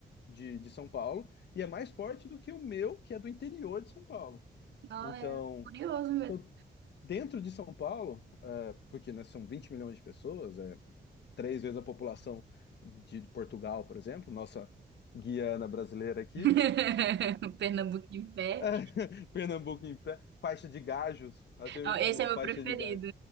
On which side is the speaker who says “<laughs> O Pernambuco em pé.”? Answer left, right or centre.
Right